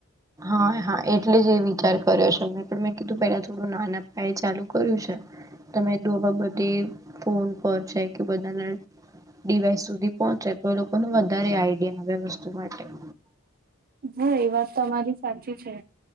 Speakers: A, on the right (about 15°); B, on the right (about 45°).
A: હા હા એટલે જ એ વિચાર કર્યો છેં પણ મેં કીધું પેલા થોડું નાના એ ચાલુ કર્યું છે તમે તો આ બાબતે ફોન પહોંચે કે બધાના ડીવાઈસ સુધી પહોંચે તો એ લોકોને વધારે આઈડિયા આવે વસ્તુ માટે.
B: હા એ વાત તો તમારી સાચી છે